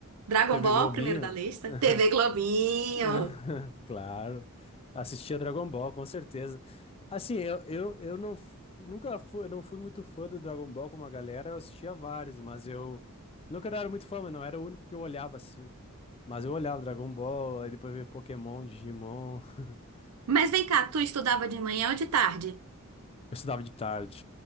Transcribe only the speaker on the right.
Dragon
Ball,
primeiro da lista.
TV Globinho.
Mas vem cá, tu estudava de manhã ou de tarde?